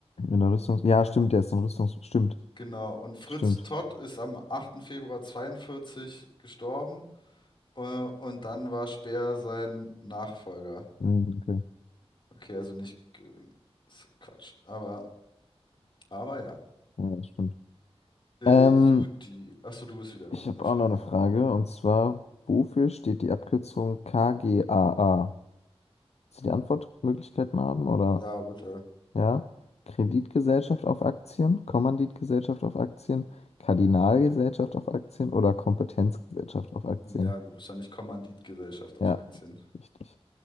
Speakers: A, on the left (about 80°); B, on the left (about 50°).
A: in der Rüstungs... Ja, stimmt, der ist in Rüstungs... Stimmt,
B: Genau. Und Fritz
A: stimmt.
B: Todt ist am 8. Februar 42 gestorben, äh, und dann war Speer sein Nachfolger.
A: Mm, okay.
B: Okay, also nicht Göring. Ist Quatsch. Aber, aber ja.
A: Ja, ja, stimmt.
B: Äh,
A: Ähm,
B: Juti. Achso, du bist wieder
A: ich
B: dran mit
A: habe
B: einer Frage,
A: auch noch eine Frage.
B: ja.
A: Und zwar, wofür steht die Abkürzung KGAA? Willst du die Antwortmöglichkeiten haben, oder?
B: Ja, bitte.
A: Ja, Kreditgesellschaft auf Aktien, Kommanditgesellschaft auf Aktien, Kardinalgesellschaft auf Aktien oder Kompetenzgesellschaft auf Aktien.
B: Ja, wahrscheinlich Kommanditgesellschaft auf
A: Ja,
B: Aktien.
A: richtig.